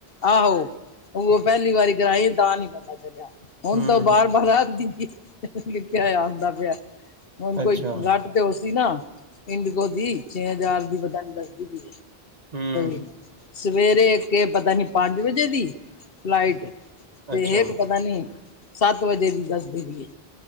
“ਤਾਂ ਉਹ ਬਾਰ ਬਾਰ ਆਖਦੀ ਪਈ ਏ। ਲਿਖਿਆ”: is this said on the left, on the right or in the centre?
Left